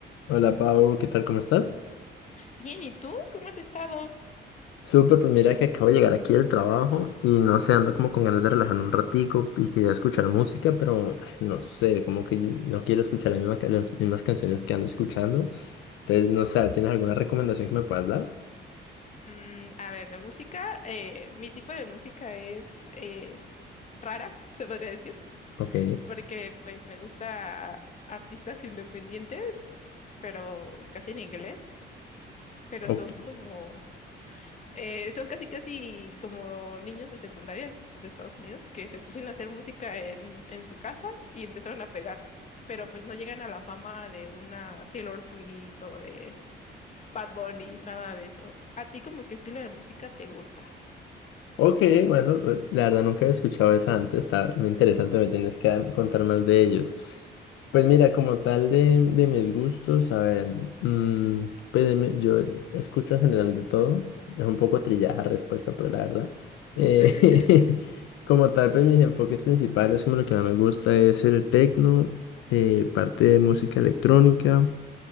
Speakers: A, on the left; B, on the left.
A: Hola Pau, ¿qué tal? ¿Cómo estás?
B: Bien, ¿y tú? ¿Cómo has estado?
A: Súper, pues mira que acabo de llegar aquí del trabajo y no sé, ando como con ganas de relajarme un ratico y quería escuchar música, pero ay, no sé, como que no quiero escuchar las mismas, ca- las mismas canciones que ando escuchando. Entonces, no sé, ¿tienes alguna recomendación que me puedas dar?
B: Mm, a ver, de música, eh, mi tipo de música es eh, rara, <laughs> se podría decir,
A: Ok.
B: porque pues me gusta artistas independientes, pero casi en inglés, pero
A: Ok.
B: son como, eh, son casi casi como niños de secundaria de Estados Unidos que se pusieron a hacer música en, en su casa y empezaron a pegar, pero pues no llegan a la fama de una Taylor Swift o de Bad Bunny, nada de eso. ¿A ti como qué estilo de música te gusta?
A: Ok, bueno, eh, la verdad nunca había escuchado esa antes, está muy interesante, me tienes que dar- contar más de ellos. Pues mira, como tal de, de mis gustos, a ver, mm, pues de mi- yo escucho en general de todo, es un poco trillada respuesta, pero la verdad. eh,
B: <laughs>
A: <laughs> como tal, pues mis enfoques principales, como lo que más me gusta es el techno, eh, parte de música electrónica,